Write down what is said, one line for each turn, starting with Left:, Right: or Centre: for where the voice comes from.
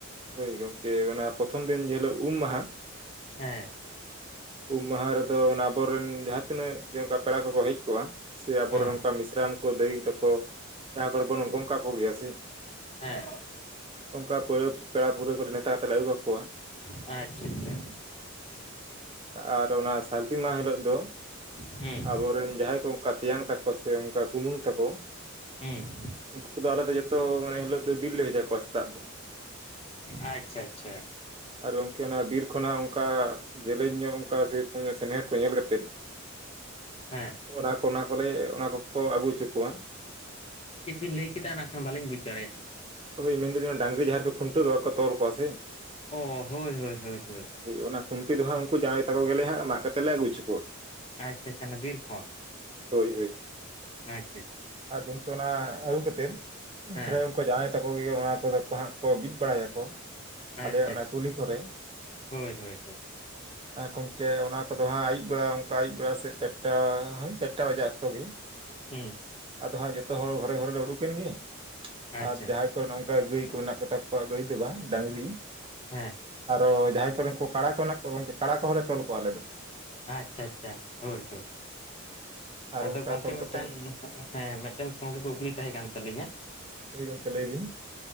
Right: ᱦᱳᱭ ᱜᱚᱝᱠᱮ ᱚᱱᱟ ᱯᱨᱚᱛᱷᱚᱢ ᱫᱤᱱ ᱡᱮᱦᱤᱞᱳᱜ ᱩᱢ ᱢᱟᱦᱟ ᱾
Left: ᱦᱮᱸ
Right: ᱩᱢ ᱢᱟᱦᱟ ᱨᱮᱫᱚ ᱟᱵᱚᱨᱮᱱ ᱡᱟᱦᱟᱸ ᱛᱤᱱᱟᱹᱜ ᱜᱮ ᱚᱱᱠᱟ ᱯᱮᱲᱟ ᱠᱚᱠᱚ ᱦᱮᱡ ᱠᱚᱜᱼᱟ ᱾ ᱥᱮ ᱟᱵᱚᱨᱮᱱ
Left: ᱦᱮᱸ
Right: ᱚᱱᱠᱟ ᱢᱤᱥᱨᱟᱢ ᱠᱚ ᱫᱟᱹᱭ ᱛᱟᱠᱚ ᱡᱟᱦᱟᱸ ᱠᱚᱨᱮ ᱵᱚᱱ ᱜᱚᱝᱠᱟ ᱠᱚᱜᱮᱭᱟ ᱥᱮ
Left: ᱦᱮᱸ
Right: ᱚᱱᱠᱟ ᱯᱟᱹᱦᱟᱹ ᱯᱮᱲᱟ ᱯᱟᱹᱲᱦᱟᱹ ᱠᱚᱞᱮ ᱱᱮᱣᱛᱟ ᱛᱮᱞᱮ ᱟᱹᱜᱩ ᱠᱟᱠᱚᱣᱟ
Left: ᱟᱪᱪᱷᱟ ᱟᱪᱪᱷᱟ
Right: ᱟᱨ ᱚᱱᱟ ᱥᱟᱹᱨᱫᱤ ᱢᱟᱦᱟ ᱦᱤᱞᱳᱜ ᱫᱚ
Left: ᱦᱩᱸ
Right: ᱟᱵᱚᱨᱮᱱ ᱡᱟᱦᱟᱸᱭ ᱠᱚ ᱚᱱᱠᱟ ᱾ ᱛᱮᱧᱟᱝ ᱛᱮᱠᱚ ᱥᱮ ᱚᱱᱠᱟ ᱠᱩᱢᱟᱝ ᱛᱟᱠᱚ
Left: ᱦᱮᱸ
Right: ᱩᱱᱠᱩ ᱠᱚᱫᱚ ᱟᱞᱮ ᱫᱚ ᱡᱚᱛᱚ ᱢᱚᱱᱮ ᱦᱤᱞᱳᱜ ᱫᱚ ᱵᱤᱞ ᱞᱮ ᱵᱷᱮᱡᱟ ᱠᱚᱣᱟ ᱥᱮᱛᱟᱜ ᱫᱚ
Left: ᱟᱪᱪᱷᱟ - ᱟᱪᱪᱷᱟ
Right: ᱟᱨ ᱜᱚᱝᱠᱮ ᱚᱱᱟ ᱵᱤᱨ ᱠᱷᱚᱱᱟᱜ ᱚᱱᱠᱟ ᱡᱮᱞᱮᱧ ᱧᱚᱜ ᱚᱱᱠᱟ ᱥᱮᱨᱚᱠᱚᱢ ᱧᱚᱜ ᱥᱮᱱᱮᱨ ᱠᱚ ᱧᱮᱞ ᱠᱟᱛᱮᱫ
Left: ᱦᱮᱸ
Right: ᱚᱱᱟ ᱠᱚ ᱚᱱᱟ ᱠᱚᱞᱮ ᱚᱱᱟ ᱠᱚ-ᱠᱚ ᱟᱹᱜᱩ ᱦᱚᱪᱚ ᱠᱚᱣᱟ᱾
Left: ᱪᱮᱫ ᱵᱤᱱ ᱞᱟᱹᱭ ᱠᱮᱫᱟ ᱱᱟᱜ ᱠᱷᱟᱱ ᱵᱟᱹᱞᱤᱧ ᱵᱩᱡᱽ ᱫᱟᱲᱮᱭᱟᱜᱼᱟ᱾
Right: ᱦᱳᱭ ᱢᱮᱱᱫᱟᱹᱧ ᱰᱟᱝᱨᱤ ᱡᱟᱦᱟᱸ ᱨᱮ ᱠᱚ ᱠᱷᱩᱱᱴᱟᱹᱣ ᱠᱚ ᱛᱚᱞ ᱠᱚᱣᱟ ᱥᱮ
Left: ᱚ ᱦᱳᱭ - ᱦᱳᱭ - ᱦᱳᱭ - ᱦᱳᱭ
Right: ᱦᱳᱭ ᱚᱱᱟ ᱠᱷᱩᱱᱴᱤ ᱫᱟᱸᱜ ᱦᱟᱜ ᱩᱱᱠᱩ ᱡᱟᱶᱭᱟ ᱛᱟᱠᱚ ᱜᱮ ᱦᱟᱸᱜ ᱢᱟᱜ ᱠᱟᱛᱮ ᱞᱮ ᱟᱹᱜᱩᱪᱚ ᱠᱚᱣᱟ᱾
Left: ᱟᱪᱷᱟ - ᱟᱪᱷᱟ ᱵᱤᱨ ᱠᱷᱚᱱ
Right: ᱦᱳᱭ - ᱦᱳᱭ
Left: ᱟᱪᱷᱟ - ᱟᱪᱷᱟ
Right: ᱟᱨ ᱜᱚᱝᱠᱮ ᱚᱱᱟ ᱟᱹᱜᱩ ᱠᱟᱛᱮᱫ
Left: ᱦᱮᱸ
Right: ᱛᱟᱦᱮ ᱩᱱᱠᱩ ᱡᱟᱶᱟᱭᱼᱼᱼ ᱛᱟᱠᱚ ᱜᱮ ᱚᱱᱟ ᱠᱚᱫᱚ ᱠᱚ ᱦᱟᱸᱜ ᱠᱚ ᱵᱤᱫ ᱵᱟᱲᱟᱭᱟ ᱠᱚ᱾
Left: ᱟᱪᱪᱷᱟ
Right: ᱟᱞᱮᱭᱟᱜ ᱚᱱᱟ
Left: ᱟᱪᱪᱷᱟ
Right: ᱠᱩᱞᱦᱤ ᱠᱚᱨᱮ
Left: ᱦᱳᱭ ᱦᱳᱭ ᱦᱳᱭ
Right: ᱜᱚᱝᱠᱮ ᱚᱱᱟ ᱠᱚᱫᱚ ᱦᱟᱸᱜ ᱟᱭᱭᱩᱵ ᱵᱮᱲᱟ ᱚᱱᱠᱟ ᱟᱹᱭᱩᱵ ᱵᱮᱲᱟ ᱥᱮᱫ ᱪᱟᱨᱴᱟ ᱦᱭ ᱪᱟᱨᱴᱟ ᱵᱟᱡᱟᱜ ᱚᱠᱛᱚ ᱜᱮ <inaudible>
Left: ᱦᱩᱸ
Right: ᱟᱫᱚ ᱦᱟᱸᱜ ᱡᱚᱛᱚ ᱦᱚᱲ ᱜᱷᱚᱨᱮ - ᱜᱷᱚᱨᱮ ᱞᱮ ᱩᱰᱩᱠᱮᱱ ᱜᱮ
Left: ᱟᱪᱪᱷᱟ
Right: ᱟᱨ ᱡᱟᱦᱭ ᱱᱚᱝᱠᱟ ᱜᱟᱹᱭ ᱠᱚ ᱢᱮᱱᱟᱜ ᱠᱚᱛᱟ ᱠᱚᱣᱟ ᱜᱟᱹᱭ ᱫᱚ ᱵᱟᱝ ᱰᱟᱝᱨᱤ
Left: ᱦᱮᱸᱻ
Right: ᱟᱨᱚ ᱡᱟᱦᱟᱸᱭ ᱠᱚᱨᱮᱱ ᱠᱩ ᱠᱟᱲᱟ ᱠᱚ ᱢᱮᱱᱟᱜ ᱠᱚᱣᱟ ᱜᱚᱝᱠᱮ ᱠᱟᱲᱟ ᱠᱚᱦᱚᱸᱞᱮ ᱛᱚᱞ ᱠᱚᱣᱟ ᱟᱞᱮ ᱫᱚ
Left: ᱟᱪᱷᱟ - ᱟᱪᱷᱟ, ᱦᱳᱭ - ᱦᱳᱭ
Right: <unintelligible>
Left: ᱟᱫᱚ ᱜᱚᱝᱠᱮ
Right: ᱛᱚᱞ
Left: ᱢᱤᱫᱴᱟᱝ
Right: ᱠᱟᱛᱮᱫ
Left: ᱦᱮᱸ ᱢᱤᱫᱴᱮᱱ ᱜᱚᱝᱠᱮ ᱠᱩᱠᱞᱤ ᱛᱟᱦᱮᱸ ᱠᱟᱱ ᱛᱟᱞᱤᱧᱟ᱾
Right: ᱦᱳᱭ ᱜᱚᱝᱠᱮ ᱞᱟᱹᱭ ᱵᱤᱱ